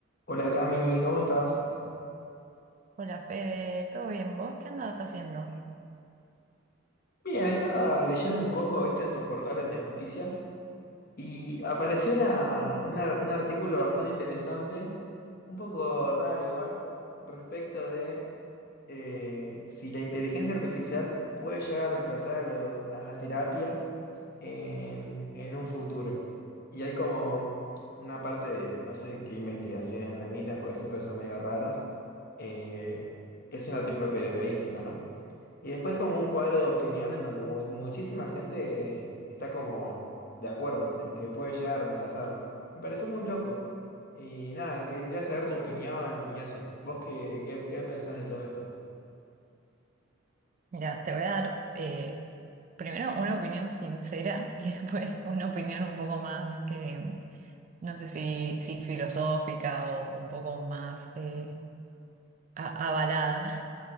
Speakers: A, on the left; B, on the right.
A: Hola Cami, ¿cómo estás?
B: Hola Fede, ¿todo bien? ¿Vos qué andabas haciendo?
A: Bien, estaba leyendo un poco, viste, estos portales de noticias y apareció una, una- un artículo bastante interesante, un poco raro igual, respecto de eh, si la inteligencia artificial puede llegar a reemplazar a, lo- a la terapia en, en un futuro. Y hay como una parte de, no sé qué investigaciones remiten, porque siempre son medio raras. eh, es un artículo periodístico, ¿no? Y después como un cuadro de opinión en donde mu- muchísima gente está como de acuerdo en que puede llegar a reemplazarlo. Me pareció muy loco. Y nada, quería saber tu opinión y eso. ¿Vos qué, qué, qué pensás de todo esto?
B: Mira, te voy a dar eh, primero una opinión sincera y <laughs> después una opinión un poco más, eh, no sé si, si filosófica o un poco más eh, a- avalada.